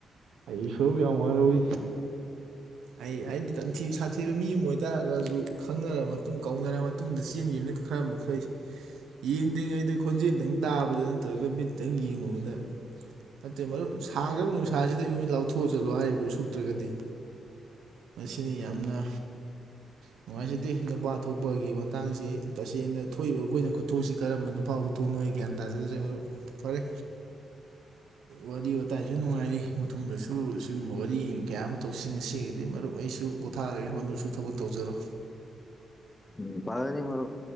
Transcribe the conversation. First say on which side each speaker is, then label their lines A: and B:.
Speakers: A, on the right; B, on the left.
A: ꯑꯩ ꯏꯁꯣꯔꯕꯨ ꯌꯥꯝ ꯋꯥꯔꯧꯋꯤ꯫ ꯑꯩ ꯍꯥꯏꯗꯤ ꯇꯊꯤ ꯁꯥꯊꯤꯕ ꯃꯤ ꯑꯃ ꯑꯣꯏꯇꯥꯥꯔꯒꯁꯨ ꯈꯪꯅꯔ ꯃꯇꯨꯡ ꯀꯧꯅꯔ ꯃ ꯇꯨꯡꯗ ꯆꯦꯟꯒꯤꯕꯅ ꯈꯔ ꯃꯈꯩ ꯌꯦꯡꯗ꯭ꯔꯤꯉꯩꯗ ꯈꯣꯟꯖꯦꯜꯗꯪ ꯇꯥꯕꯗ ꯅꯠꯇ꯭ꯔꯒ ꯃꯤꯠꯇꯪ ꯌꯦꯡꯕꯗ꯫ ꯅꯠꯇꯦ ꯃꯔꯨꯞ ꯁꯥꯈ꯭ꯔꯕ ꯅꯨꯡꯁꯥꯁꯤꯗꯩ ꯃꯤꯠ ꯂꯥꯎꯊꯣꯛꯑ ꯆꯠꯂꯣ ꯍꯥꯏꯔꯤꯕ꯭ꯔꯣ ꯁꯨꯛꯇ꯭ꯔꯒꯗꯤ꯫ ꯃꯁꯤꯅꯤ ꯌꯥꯝꯅ꯫ ꯅꯨꯡꯉꯥꯏꯖꯗꯦ ꯅꯨꯄꯥ ꯊꯣꯛꯄꯒꯤ ꯃꯇꯥꯡꯁꯤ ꯇꯁꯦꯡꯅ ꯊꯣꯛꯏꯕ ꯑꯩꯈꯣꯏꯅ ꯈꯨꯠꯊꯣꯛꯁꯤ ꯀꯔꯝꯕ ꯅꯨꯄꯥ ꯇꯨ ꯅꯣꯏ ꯒ꯭ꯌꯥꯟ ꯇꯥꯖꯗ꯭ꯔ‌ꯦ ꯃꯔꯨꯞ ꯐꯔꯦ꯫ ꯋꯥꯔꯤ ꯋꯥꯇꯥꯏꯁꯨ ꯅꯨꯡꯉꯥꯏꯔꯤ ꯃꯇꯨꯡꯗꯁꯨ ꯑꯁꯤꯒꯨꯝꯕ ꯋꯥꯔꯤ ꯀꯌꯥ ꯑꯃ ꯇꯧꯁꯤ ꯉꯁꯤ ꯑꯗꯩ ꯃꯔꯨꯞ ꯑꯩꯁꯨ ꯄꯣꯊꯥꯔꯒꯦ ꯃꯔꯨꯞꯁꯨ ꯊꯕꯛ ꯇꯧꯖꯔꯣ꯫
B: ꯎꯝ ꯐꯒꯅꯤ ꯃꯔꯨꯞ꯫